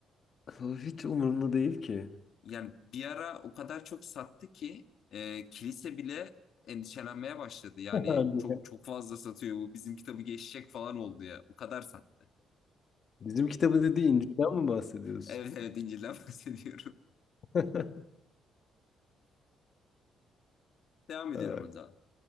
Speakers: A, on the left; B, on the left.
A: O Hiç umurumda değil ki.
B: Yani bir ara o kadar çok sattı ki e, kilise bile endişelenmeye başladı. Yani
A: <laughs> Hadi
B: çok
A: ya.
B: çok fazla satıyor bu bizim kitabı geçecek falan oldu ya. O kadar sattı.
A: Bizim kitabı dediği İncil'den mi bahsediyorsun?
B: Evet evet İncil'den <laughs> bahsediyorum.
A: <laughs>
B: Devam ediyorum
A: Ha,
B: o zaman.